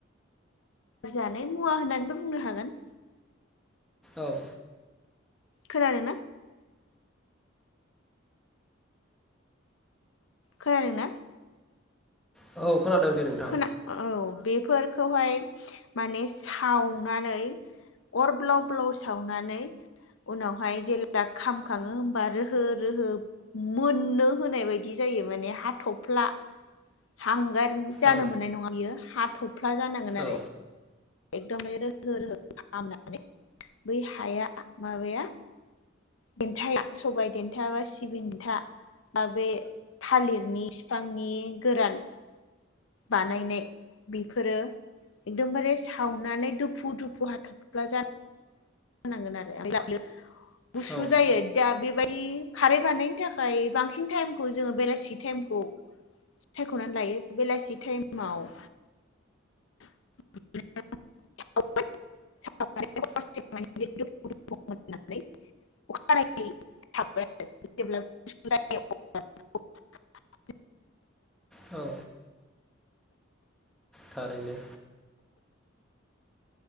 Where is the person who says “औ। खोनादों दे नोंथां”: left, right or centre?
Centre